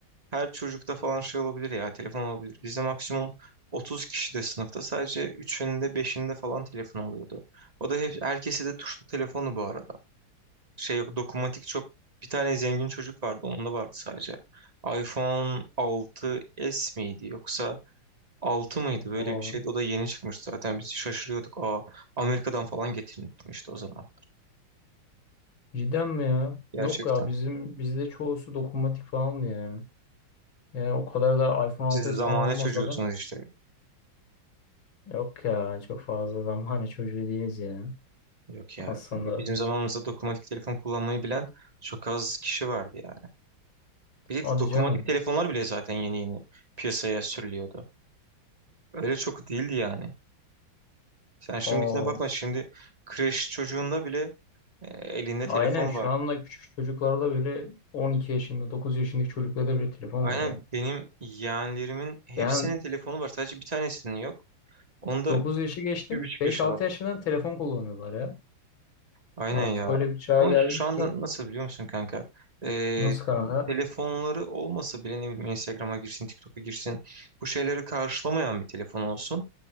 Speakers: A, on the right (about 20°); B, on the left (about 75°).
A: Her çocukta falan şey olabilir ya telefon olabilir. Bizde maksimum 30 kişi de sınıfta sadece 3'ünde 5'inde falan telefon oluyordu. O da hep, herkese de tuşlu telefonu bu arada. Şey yok dokunmatik çok bir tane zengin çocuk vardı onda vardı sadece. iPhone 6s miydi yoksa 6 mıydı böyle
B: Aa,
A: bir şeydi. O da yeni çıkmıştı zaten biz şaşırıyorduk. Aa Amerika'dan falan getirilmişti o zamanlar
B: cidden mi ya?
A: gerçekten.
B: Yok ya bizim bizde çoğusu dokunmatik falan ya. Yani o kadar da iPhone
A: Siz
B: 6s
A: de zamane
B: falan olmasa
A: çocuğusunuz
B: da
A: işte.
B: yok ya çok fazla zamanı <laughs> çocuğu değiliz ya
A: Yok ya.
B: aslında.
A: kanka Bizim zamanımızda dokunmatik telefon kullanmayı bilen çok az kişi vardı yani. Bir
B: Hadi
A: de dokunmatik
B: canım.
A: telefonlar bile zaten yeni yeni piyasaya sürülüyordu. Öyle çok değildi yani. Sen şimdikine
B: Aa,
A: bakma. Şimdi kreş çocuğunda bile e, elinde telefon
B: aynen şu
A: var.
B: anda küçük çocuklarda bile 12 yaşında 9 yaşındaki çocuklarda bile telefon
A: Aynen
B: var ya.
A: benim yeğenlerimin hepsinin
B: Ben
A: telefonu var. Sadece bir tanesinin yok. Onda
B: 9 yaşı geçtim.
A: bir buçuk
B: 5-6
A: yaşı var.
B: yaşından telefon kullanıyorlar ya.
A: Aynen
B: Artık
A: ya.
B: öyle bir çağa
A: Ama
B: geldik
A: şu anda
B: ki.
A: nasıl biliyor musun kanka? Ee,
B: Nasıl kanka?
A: telefonları olmasa bile ne bileyim Instagram'a girsin, TikTok'a girsin. Bu şeyleri karşılamayan bir telefon olsun.